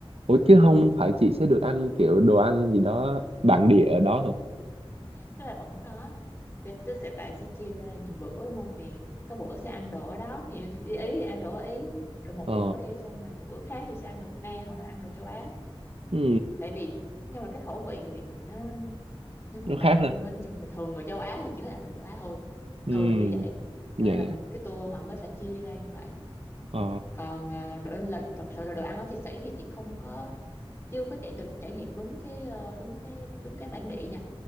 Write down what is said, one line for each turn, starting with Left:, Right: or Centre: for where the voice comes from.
Right: Ủa chứ không phải chị sẽ được ăn kiểu đồ ăn gì đó bản địa ở đó hả?
Left: tức là vẫn có Tức tức sẽ bạn sẽ chia ra nhiều bữa đúng không thì có bữa sẽ ăn đồ ở đó ví dụ đi, đi Ý thì ăn đồ ở Ý rồi một
Right: Ờ.
Left: bữa đi xong rồi một bữa khác thì sẽ ăn đồ Việt Nam hoặc là ăn đồ châu Á
Right: Ừ.
Left: tại vì nói chung là cái khẩu vị người Việt mình nó, nó cũng
Right: Nó khác
Left: đặc
Right: hả?
Left: trưng á. nói chung là thường người châu Á thì chỉ thích ăn đồ châu Á thôi
Right: Ừ.
Left: thường là như vậy
Right: Dạ
Left: nên là
Right: dạ.
Left: cái tour họ mới phải chia ra như vậy
Right: Ờ.
Left: còn à, đồ in lệnh thật sự là đồ ăn ở Thụy Sĩ thì chị không có chưa có chạy được trải nghiệm đúng cái ờ, đúng cái đúng cái bản địa nha